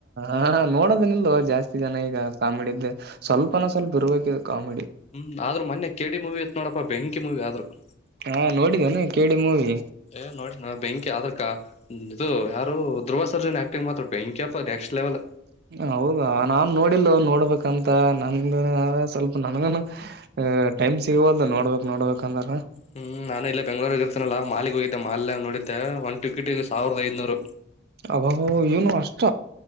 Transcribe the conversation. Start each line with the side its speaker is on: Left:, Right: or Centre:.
Right: ಅ ಹ ನೋಡೋದ ನಿಲ್ ಜಾಸ್ತಿ ಜನ ಈಗ ಕಾಮಿಡಿ ಇದ್ದೆ ಸ್ವಲ್ಪನ ಸ್ವಲ್ಪ ಇರ್ಬೇಕಿದೆ ಕಾಮಿಡಿ
Left: ಹ್ಮ್ ಆದ್ರರು ಮೊನ್ನೆ ಕೆಡಿ ಮೂವಿ ಇತ್ ನೋಡಪ್ಪಾ ಬೆಂಕಿ ಮೂವಿ ಆದ್ರು <unintelligible>
Right: ಹಾ ನೋಡಿದೇನೆ ಕೇಡಿ ಮೂವಿ
Left: ಏ ನೋಡ್ರಿ ನೊಡ್ರಿ ಬೆಂಕಿ ಆದ್ರಕ ಇದು ಯಾರ ದ್ರುವ ಸರ್ಜನ್ ಆಕ್ಟಿಂಗ್ ಮಾತ್ರಾ ಬೆಂಕಿ ಕಪ್ಪಾ ನೆಕ್ಸ್ಟ್ ಲೆವೆಲ್
Right: ಹೌದಾ ನಾನ್ ನೋಡಿಲ್ ನೋಡ್ಬೇಕಂತ ನಂದ ಸ್ವಲ್ಪ ನನ್ಗನು ಆ ಟೈಮ್ ಸಿಗವಲ್ದ ನೋಡ್ಬೇಕ್ ನೋಡ್ಬೇಕಂದ್ರ
Left: ಹ್ಮ್ ನಾನ ಇಲೆ ಬೆಂಗಗಳೂರಿಗೆ ಇರ್ತೇನಲ್ಲ ಮಾಲಿಗ್ ಹೋಗಿದ್ದೆ ಮಾಲ್ ನೋಡಿದ್ದೆ ಒಂದು ಟಿಕಿಟ್ಗೆ ಸಾವಿರದ ಐದನೂರು
Right: ಅಬ್ಬಬ ಏನು ಅಷ್ಟ